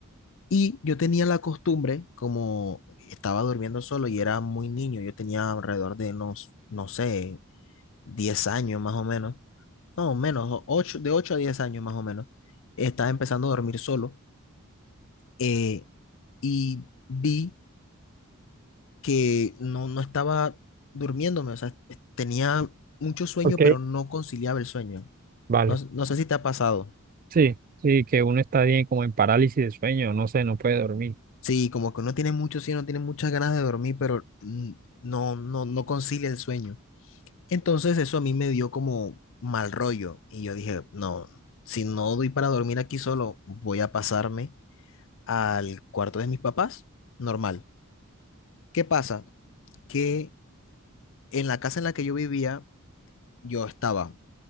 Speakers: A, on the left; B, on the right.
A: Y yo tenía la costumbre, como estaba durmiendo solo y era muy niño, yo tenía alrededor de unos, no sé, 10 años más o menos, no, menos, 8 de 8 a 10 años más o menos, estaba empezando a dormir solo eh, y vi que no, no estaba durmiéndome, o sea, tenía mucho sueño,
B: ok,
A: pero no conciliaba el sueño.
B: vale.
A: No, s- no sé si te ha pasado.
B: Sí, sí, que uno está bien como en parálisis de sueño, no sé, no puede dormir.
A: Sí, como que uno tiene mucho sueño, tiene muchas ganas de dormir, pero mm, no, no, no concilia el sueño. Entonces eso a mí me dio como mal rollo y yo dije, no, si no doy para dormir aquí solo, voy a pasarme al cuarto de mis papás, normal. ¿Qué pasa? Que en la casa en la que yo vivía, yo estaba